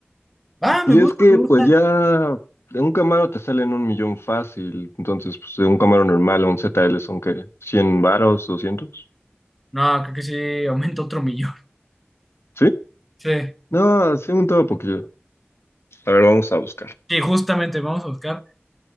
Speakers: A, in the centre; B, on the left.
A: Ah,
B: Y
A: me gusta,
B: es que
A: me
B: pues
A: gusta.
B: ya de un Camaro te salen un millón fácil, entonces pues de un Camaro normal a un ZL son que Cien varos, doscientos,
A: No, creo que sí, aumenta otro millón.
B: ¿sí?
A: Sí,
B: No, sí, un todo poquito. A ver, vamos a buscar.
A: sí, justamente vamos a buscar